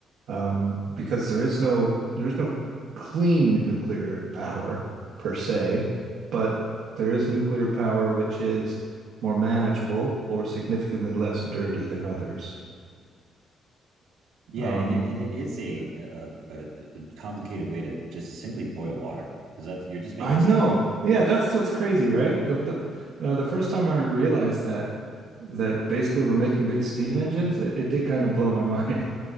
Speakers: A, on the right; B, on the right.
A: Um, because there is no there's no clean nuclear power per se, but there is nuclear power which is more manageable or significantly less dirty than others.
B: yeah
A: Um,
B: and it and it is a
A: but
B: a, a, a complicated way to just simply boil water because that's you're just making
A: I know.
B: steam
A: Yeah, that's what's crazy, right? The the uh, the first time I realized that that basically we're making big steam engines, it, it did kind of blow my <laughs> mind.